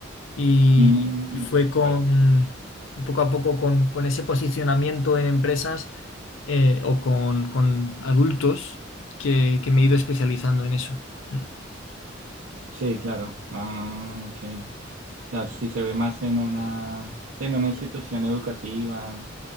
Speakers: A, on the left; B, on the right.
A: Y,
B: Mm,
A: y fue con,
B: vale.
A: poco a poco, con, con ese posicionamiento en empresas eh, o con, con adultos que, que me he ido especializando en eso. Mm.
B: Sí, claro. Ah, ok. O sea, sí se ve más en una en una institución educativa,